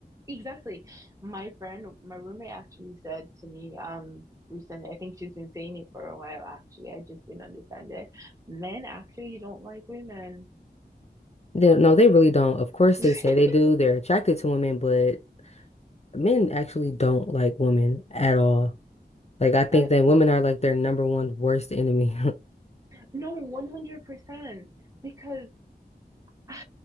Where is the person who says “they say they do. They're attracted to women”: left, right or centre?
Left